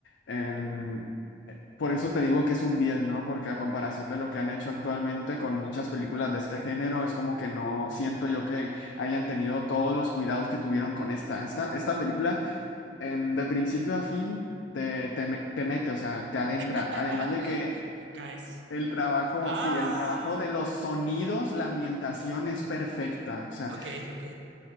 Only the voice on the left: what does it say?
em, por eso te digo que es un 10, ¿no? Porque a comparación de lo que han hecho actualmente con muchas películas de este género, es como que no siento yo que hayan tenido todos los cuidados que tuvieron con esta. Esta, esta película em, de principio a fin te, te, me- te mete, o sea, te adentra.
Además de que
el trabajo,
sí, el trabajo de los sonidos, la ambientación es perfecta. O sea,